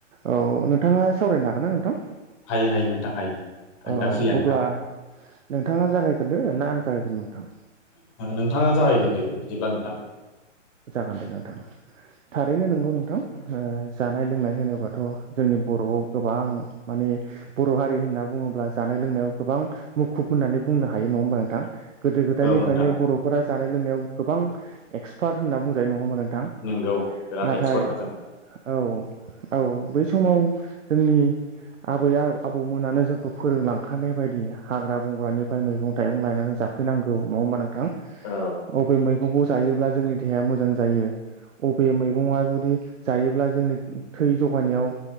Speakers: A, on the right (about 75°); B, on the left (about 25°).
A: औ नोंथाङा सावरायनो हागोनना नोंथां
B: हायो हायो नोंथां हायो आं
A: औ
B: दा फ्रियानोखा
A: अब्ला नोंथाङा जागायगोरनो ना आं जागायगोरनो नोंथां
B: नोंथाङा जागायगोरदो बिदिब्ला नोंथां
A: जागोन दे नोंथां थारैनो नंगौ नोंथां ओ जानाय लोंनाय होनोबाथ' जोंनि बर'आव गोबां माने बर' हारि होनना बुङोब्ला जानाय लोंनायाव गोबां मुखुब होननानै बुंनो हायो नङा होमबा नोंथां गोदो गोदायनिफ्रायनो
B: औ नोंथां
A: बर'फोरा जानाय लोंनायाव गोबां एक्स फार होनना बुंजायो नङा होमबा नोंथां
B: नोंगौ बिराद
A: नाथाय
B: एक्सपार्टखा जों
A: औ औ बै समाव जोंनि आबै आबौमोनानो जोंखौ फोरोंलांखानाय बायदि हाग्रा बंग्रानिफ्राय मैगं थाइगं लायनानै जा जाफैनांगौ नङा होमबा नोंथां
B: औ
A: अबे मैगंखौ जायोब्ला जोंनि देहाया मोजां जायो अबे मैगङा जुदि जायोब्ला जोंनि थै जगायनायाव